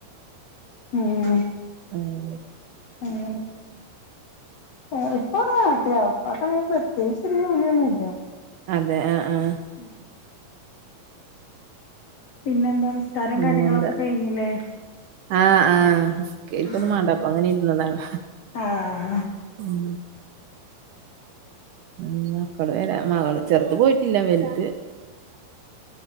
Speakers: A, on the left; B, on the right.
A: ഉം
B: ഉം
A: ഉം ആഹ് ഇപ്പ ഒക്കെ നാട്ടിലാ. ഉപ്പാക്കങ്ങനെ പ്രത്യേകിച്ച് ഒരു ജോലിയൊന്നുല്ല
B: അതെ ആഹ് ആഹ്
A: ഉം പിന്നെന്താ നിസ്കാരം
B: പിന്നെന്താ
A: കാര്യങ്ങളൊക്കെ കഴിഞ്ഞില്ലേ?
B: ആഹ് ആഹ് നിസ്കേരിക്കൊന്നും
A: ഉം
B: മാണ്ടപ്പോ അങ്ങനെ ഇരുന്നതാണ്
A: ആഹ്
B: ഉം ഉം <unintelligible> മകള് ചെറുത് പോയിട്ടില്ല വെൽത്